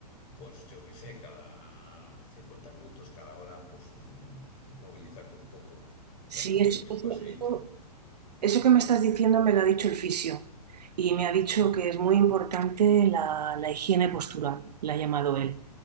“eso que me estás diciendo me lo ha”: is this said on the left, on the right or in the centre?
Right